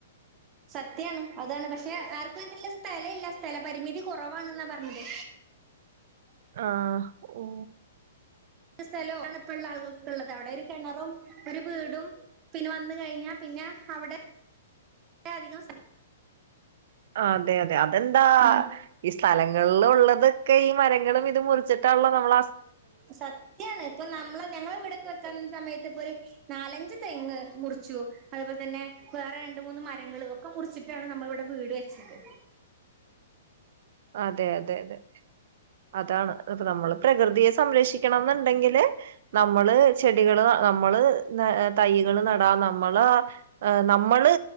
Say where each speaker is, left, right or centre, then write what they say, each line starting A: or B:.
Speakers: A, on the right; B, on the right.
A: സത്യാണ് അതാണ് പക്ഷെ ആർക്കും അതിനില്ല സ്ഥലം ഇല്ല സ്ഥല പരിമിതി കുറവാാണ്ന്നാ പറഞ്ഞത്
B: ആഹ് ഓ
A: സ്ഥലണ് ഇപ്പോ ഉള്ള ആളുകൾക്ക്ള്ളത് അവിടെ ഒരു കിണറും ഒരു വീടും പിന്നെ വന്ന് കഴിഞ്ഞാ പിന്നെ അവിടെ അധികം
B: അതെ അതെ അതെന്താ
A: ഉം
B: ഈ സ്ഥലങ്ങൾല് ഉള്ളതൊക്കെ ഈ മരങ്ങളും ഇതും മുറിച്ചിട്ടില്ലോ നമ്മള
A: സത്യാണ് ഇപ്പൊ നമ്മളെ ഞങ്ങളെ വീടൊക്കെ വെച്ച സമയത്ത് ഇപ്പോ ഒരു നാലഞ്ച് തെങ്ങ് മുറിച്ചു അതുപോലെ തന്നെ വേറെ രണ്ട് മൂന്ന് മരങ്ങള് ഒക്കെ മുറിച്ചിട്ടാണ് നമ്മള ഇവിടെ വീട് വെച്ചത്
B: അതെ അതെ അതെ അതാണ് അപ്പൊ നമ്മള് പ്രകൃതിയെ സംരക്ഷി ക്കണംന്നുണ്ടെങ്കില് നമ്മള് ചെടികള് നമ്മള് ന തൈകള് നടാ നമ്മള് അ നമ്മള്